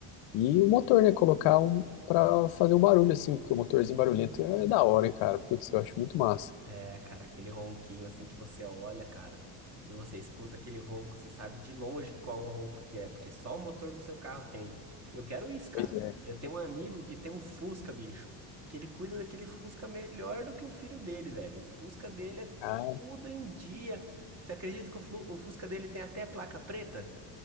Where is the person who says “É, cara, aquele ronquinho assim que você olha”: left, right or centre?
Right